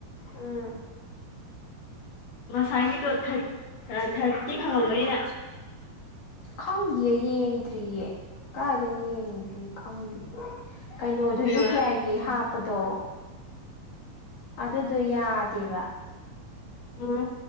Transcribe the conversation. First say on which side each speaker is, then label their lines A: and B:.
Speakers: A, on the left; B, on the left.
A: ꯎꯝ
B: ꯉꯁꯥꯏꯒꯤꯗꯣ ꯊꯥꯔꯇꯤ ꯐꯪꯉꯝꯒꯅꯤꯅꯪ
A: ꯈꯪꯗꯤꯌꯦ ꯌꯦꯡꯗ꯭ꯔꯤꯌꯦ ꯀꯥꯏꯗ ꯌꯦꯡꯒꯦ ꯈꯪꯗꯤꯌꯦ ꯀꯩꯅꯣꯗꯨ
B: ꯀꯩꯅꯣ
A: ꯌꯨ ꯄꯤ ꯑꯥꯏꯒꯤ ꯍꯥꯞꯄꯗꯣ ꯑꯗꯨꯗꯣ ꯌꯥꯗꯦꯕ
B: ꯎꯝ